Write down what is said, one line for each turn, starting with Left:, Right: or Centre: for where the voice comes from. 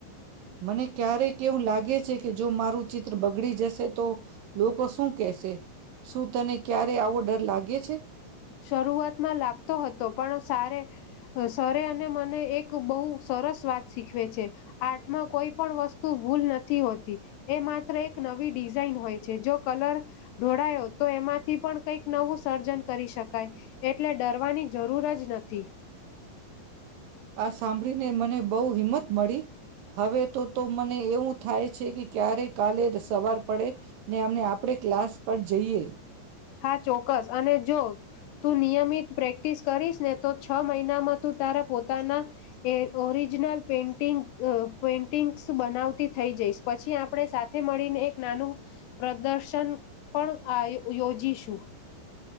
Right: મને ક્યારેક કેવું લાગે છે કે જો મારું ચિત્ર બગડી જશે, તો લોકો શું કેશે? શું તને ક્યારે આવો ડર લાગે છે?
Left: શરૂઆતમાં લાગતો હતો પણ સારે, સરે અને મને એક બહુ સરસ વાત શીખવે છે, આર્ટમાં કોઈ પણ વસ્તુ ભૂલ નથી હોતી, એ માત્ર એક નવી ડિઝાઇન હોય છે જો કલર, ઢોળાયો તો એમાંથી પણ કંઈક નવું સર્જન કરી શક કાય એટલે ડરવાની જરૂર જ નથી.
Right: આ સાંભળી ને મને બહુ હિંમત મળી, હવે તો તો મને એવું થાય છે કે ક્યારે કાલે જ સવાર પડે, ને અમને આપડે ક્લાસ પર જઈએ.
Left: હા ચોક્કસ અને જો, તું નિયમિત પ્રેક્ટિસ કરીશ ને તો છ મહિનામાં તું તારા પોતાના, એ ઓરિજિનલ પેન્ટિ પેઇન્ટિંગ્સ બનાવતી થઈ જઈશ પછી આપણે સાથે મળીને એક નાનું, પ્રદર્શન પણ આ યોજીશું.